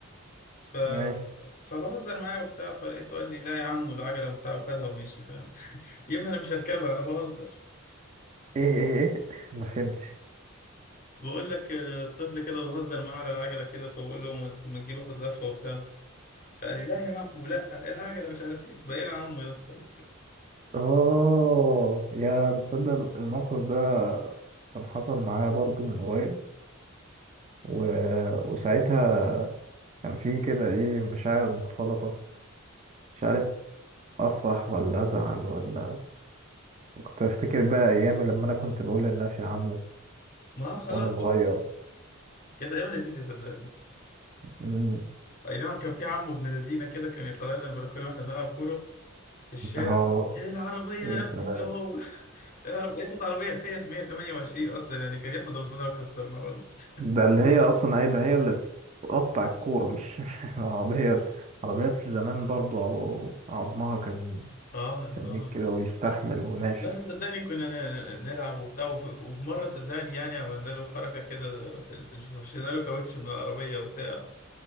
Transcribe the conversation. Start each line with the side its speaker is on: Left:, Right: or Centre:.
Left: ف
Right: ماشي
Left: فبهزر معاه وبتاع فلقيته قال لي لا يا عم والعجلة وبتاع وخدها ومشي ف... <laughs> يا ابني أنا مش هركبها أنا بهزر
Right: ايه ايه ايه ما فهمتش
Left: بقول لك آه، طفل كده بهزر معاه على العجلة كده فبقول له ما ت- ما تجيب آخد لفة وبتاع فقال لي لا يا عم ولا العجلة مش عارف ايه بقينا عمو يا اسطى
Right: اه يا تصدق الموقف ده كان حصل معايا برضو من قريب و... وساعتها كان في كده ايه مشاعر مختلطة مش عارف افرح ولا ازعل ولا كنت افتكر بقى ايامي لما انا كنت بقول للناس يا عمو
Left: ما خلاص
Right: وانا
Left: ب-
Right: صغير
Left: كانت ايام لذيذه صدقني
Right: مم.
Left: اي نعم كان في عمو ابن لذينه كده كان يطلع لنا البلكونه واحنا بنلعب كوره في الشارع
Right: اه
Left: ايه العربيه
Right: يا
Left: يا ابني
Right: سلام
Left: انت هو <laughs> العربيه كانت عربيه فيات 128 اصلا يعني كان يحمد ربنا لو كسرنا والله <laughs>
Right: ده اللي هي اصلا ايه ده هي اللي تقطع الكوره مش <laughs> العربيه عربيات زمان برضو عو- عظمها كان
Left: اه
Right: سميك
Left: اه
Right: كده ويستحمل وناشف
Left: واحنا صدقني كنا ن- ن- نلعب وبتاع وف- وف- وفي مره صدقني يعني عملنا له حركه كده في في- في- فرشنا له كاوتش من العربيه وبتاع